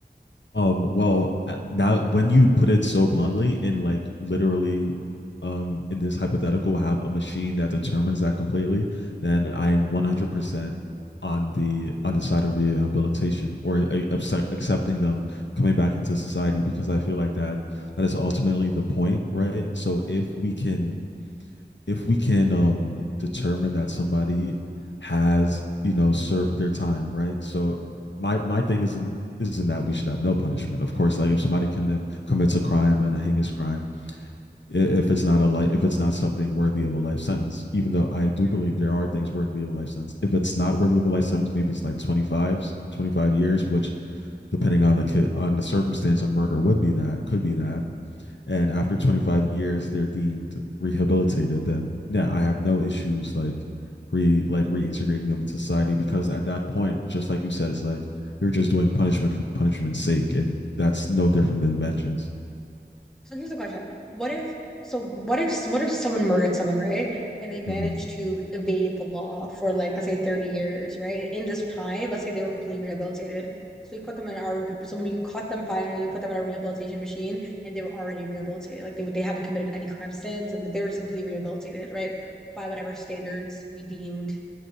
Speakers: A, on the left (about 80°); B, in the centre.
A: Um, well, uh, now when you put it so bluntly, in like literally, um, in this hypothetical, have a machine that determines that completely, then I'm
B: Mm-hmm.
A: 100% on the on the side of rehabilitation or a- accept- accepting them coming back into society because I feel like that that is ultimately the point, right? So if we can if we can um determine that somebody has you know served their time right so my my thing isn't isn't that we should have no punishment of course like if somebody can commits a crime and a heinous crime if it's not a life if it's not something worthy of a life sentence even though i do
B: Mm-hmm.
A: believe there are things worthy of a life sentence if it's not worthy of a life sentence maybe it's like 25 years which depending on the ki- on the circumstance of murder would be that could be that and after 25
B: Mm-hmm.
A: years they're deemed rehabilitated then yeah i have no issues like re like reintegrating them in society because at that point just like you said it's like you're just doing punishment for punishment's sake and that's no different than vengeance
B: So here's the question. What if so what if what if someone murdered someone, right? And they managed
A: mm-hmm.
B: to evade the law for like let's say 30 years, right? In this time, let's say they were completely rehabilitated. So you put them in our so when you caught them finally, you put them in a rehabilitation machine and they were already rehabilitated. Like they they haven't committed any crime since, and they were just completely rehabilitated, right? By whatever standards we deemed